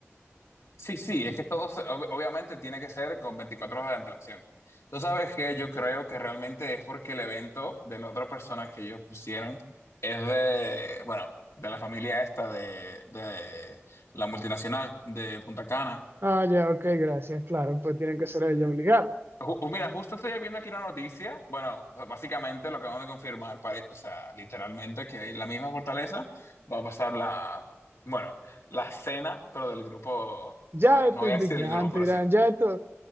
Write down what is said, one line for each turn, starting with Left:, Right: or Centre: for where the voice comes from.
Left: Sí, sí, es que todo, se- ob- obviamente tiene que ser con 24 horas de antelación. Tú sabes que yo creo que realmente es porque el evento de la otra persona que ellos pusieron es de, bueno, de la familia esta de, de la multinacional de Punta Cana.
Right: Ah, ya, ok, gracias, claro, pues tienen que ser ellos obligados.
Left: Ju- uh, Mira, justo estoy viendo aquí una noticia. Bueno, b- básicamente lo que vamos de confirmar, pare- o sea, literalmente que en la misma fortaleza va a pasar la, bueno, la cena, pero del grupo,
Right: Ya
Left: bueno,
Right: esto
Left: no voy
Right: es
Left: a
Right: indignante,
Left: decir el grupo, pero
Right: Irán,
Left: sí.
Right: ya esto,